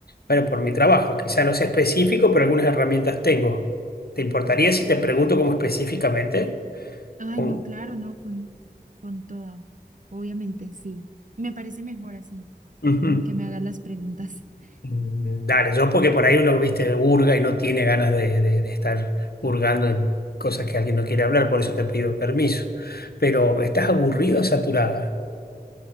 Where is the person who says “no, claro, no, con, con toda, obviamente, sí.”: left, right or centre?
Right